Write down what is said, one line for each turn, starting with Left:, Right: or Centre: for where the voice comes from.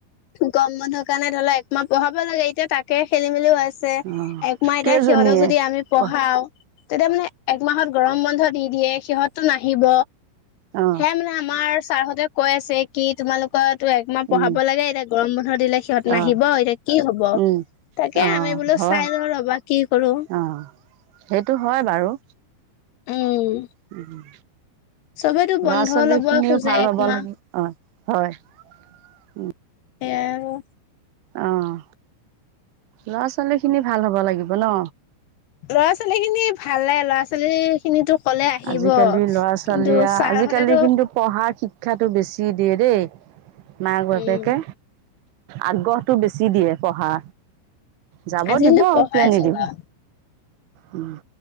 Left: গৰম বন্ধৰ কাৰণে ধৰি লও একমাহ পঢ়াব লাগে এতিয়া তাকে খেলি মেলিও ছে
Right: অঁ
Left: একমাহ
Right: কেইজনীয়ে
Left: সিহঁতক যদি আমি পঢ়াওঁ
Right: অঁ
Left: তেতিয়া মানে একমাহত গৰম ব ধৰি দিয়ে সিহঁত নাহিব
Right: অঁ
Left: সেয়া মানে আমাৰ ছাৰহঁতে কৈ আছে কি তোমালোকৰ তো একমাহ পঢ়াব
Right: অঁ
Left: লাগে এতিয়া গৰম বন্ধ বন্ধৰ দিলে সিহঁত নাহিব
Right: অঁ
Left: এতিয়া কি হব
Right: উম
Left: তাকে
Right: অঁ
Left: আমি বোলো
Right: হয়
Left: চাই লওঁ ৰবা কি কৰো।
Right: অঁ সেইটো হয় বাৰু।
Left: উম
Right: উম
Left: চবেতো
Right: লৰা
Left: বন্ধ
Right: ছোৱালী
Left: লব
Right: খিনিও
Left: খোজে
Right: ভাল
Left: একমাহ
Right: হ'ব লাগে। হয় হয়
Left: সেইয়াই আৰু
Right: আহ লৰা ছোৱালী খিনি ভাল হব লাগিব ন
Left: ল'ৰা ছোৱালী খিনি ভাল লাগে ল'ৰা ছোৱালী খিনিতো কলে আহিব।
Right: আজিকালি ল'ৰা ছোৱালীয়ে
Left: কিন্তু ছাৰহঁতেতো
Right: আজিকালি কিন্তু পঢ়া শিক্ষাটো বেছি দিয়ে দেই মাক বাপেকে
Left: উম
Right: আগ্ৰহটো বেছি দিয়ে পঢ়া যাব
Left: আজিকালিতো
Right: দিব
Left: পঢ়াই
Right: কিয় নিদিব
Left: যোগা
Right: উম